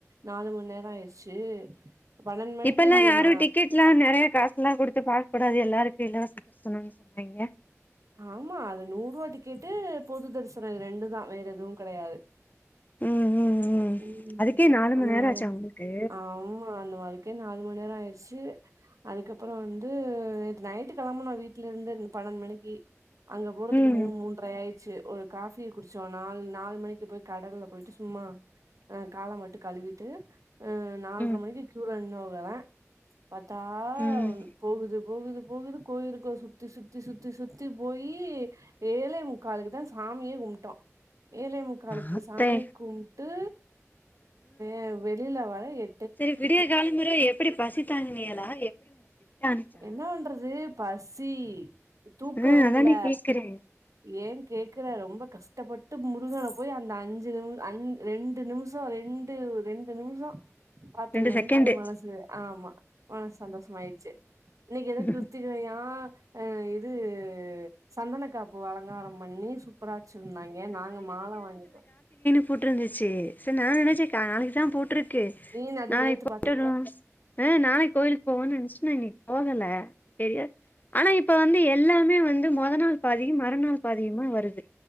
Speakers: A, on the right; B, on the left.
A: நாலு மணி நேரோ ஆயிடுச்சு பன்னெண்டு மணிக்கு
B: இப்பெல்லா
A: இங்க
B: யாரு
A: ம
B: டிக்கெட்லா நெறையா காசு எல்லா கொடுத் த்து பாக்கூடாது எல்லாருக்கு இலவச <inaudible> சொன்னாங்கன் சொன்னீங்க
A: ஆமா அது நூறு ரூபா டிக்கெட்டு பொது தரிசனோ இது ரெண்டு தா வேற எதுவு கெடையாது
B: ம் ம்
A: ம்
B: அதுக்கே நாலு
A: அந்த
B: மண் நேரோ
A: மாரி
B: ஆச்சா உங்களுக்கு
A: ஆமா அந்த மாரி இதுக்கே நாலு மணி நேரோ ஆயிடுச்சு அதுக்கப்பறோ வந்து நைட்டு கிளம்புனோ வீட்ல இருந்து பன்னெண்டு மணிக்கு அங்க போறதுக்குமூணு
B: ம்
A: மூன்றை ஆயிடு செரி ஒரு காபி குடிச்சோ நாலு நாலு மணிக்கு போய் கடல்ல போய்ட்டு சும்மா அ கால மட்டு கழுவிட்டு அ நால்ர
B: ம்
A: மணிக்கு கியூல நின்ன வுங்கதே பாத்தா
B: ம்
A: போகுது போகுது போகுது கோயிலுக்குள்ள சுத்தி சுத்தி சுத்தி சுத் பர்ஸ்ட்டு போயி ஏழே முக்காாலுக்கு தா சாமியே கும்ட்டோ ஏழே முக்காலுக்கு
B: ஆத்தே
A: சாமிய கும்ட்டு எ வெளியில வர எ
B: செரி விடிய கால முறை எப்டி பஸ்சு தாண்டுனீங்களா எப்டி உங்கள செட்டா அனுப்ச்சாங்க
A: என்ன பண்றது பசி தூக்கோ
B: ம்
A: இல்ல
B: அதானே கேக்குறே
A: ஏ கேக்குற ரொம்ப கஷ்டப்பட்டு முருகன போய் அந்த அஞ்சு நிமி அஞ் ரெண்டு நிமிஷோ ரெண்டு ரெண்டு நிமிஷோ பாத்தது
B: ரெண்டு
A: வந்து
B: செகண்டு
A: மனசு ஆ ஆமா மனசு சந்தோஷமாயிடுச்சு எத
B: ம்
A: கிருத்திகையா இது சந்தன காப்பு அலங்காரோ பண்ணி சு சூப்பர் ஆ வச்சு இருந்தாங்கே நாங்க மால வாங்கி போ
B: போட்டுருந்துச்சு ச நா நெனச்சே நாளைக்கு தா போட்று கு
A: நீ அது
B: நா
A: நேத்து
B: இப்ப போட்டுறோ
A: பாத்துருப்ப
B: <unintelligible> ஆ நாளை கோயிலுக்கு போவோன்னு நெனச்சிட்டு நா இன்னைக்கு போகல தெரியா ஆனா இப்ப வந்து எல்லாமே வந்து மொத நாள் பாதியு மறுநாள் பாதியுமா வருது